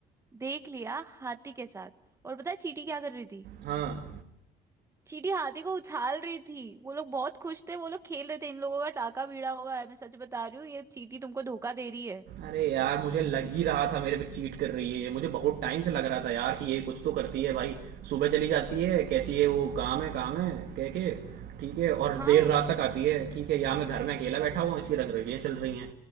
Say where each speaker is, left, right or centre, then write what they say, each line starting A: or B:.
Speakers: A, on the right (about 15°); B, on the right (about 70°).
A: देख लिया हाथी के साथ और पता है चींटी क्या कर रही थी
B: हाँ
A: चींटी हाथी को उछाल रही थी वो लोग बहुत खुश थे वो लोग खेल रहे थे इन लोगों का टाका भिड़ा हुआ है मैं सच बता रही हूँ ये चींटी तुमको धोखा दे रही है
B: अरे यार मुझे लग ही रहा था मेरे पे चीट कर रही है ये मुझे बहुत टाइम से लग रहा था यार कि ये कुछ तो करती है भाई सुबह चली जाती है कहती है वो काम है काम है कह के ठीक है और
A: हाँ
B: देर रात तक आती है ठीक है यहाँ मैं घर में अकेला बैठा हुआ हूँ इसकी रंगरेलियाँ चल रही हैं